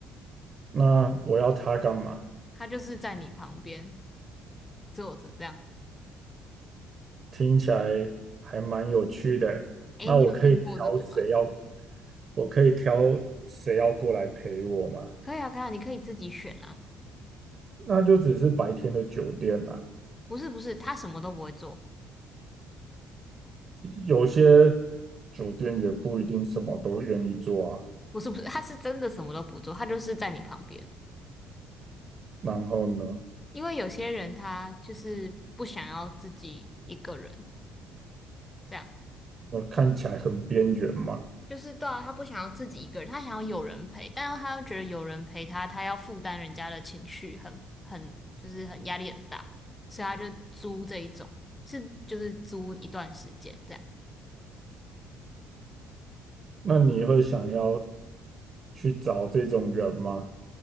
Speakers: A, on the right (about 40°); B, on the left (about 15°).
A: 那我要他干嘛？
B: 他就是在你旁边坐着这样。
A: 听起来还蛮有趣的欸那我可以挑谁要，
B: 诶，你有听过这个吗？
A: 我可以挑谁要过来陪我吗？
B: 可以啊，可以啊，你可以自己选啊。
A: 那就只是白天的酒店啦，
B: 不是不是，他什么都不会做，
A: 有有些酒店也不一定什么都愿意做啊。
B: 不是不是，他是真的什么都不做，他就是在你旁边。
A: 然后呢，
B: 因为有些人他就是不想要自己一个人，这样
A: 我看起来很边缘嘛。
B: 就是对啊，他不想要自己一个人，他想要有人陪，但是他又觉得有人陪他，他要负担人家的情绪很，很就是很压力很大，所以他就租这一种，是就是租一段时间这样。
A: 那你会想要去找这种人吗？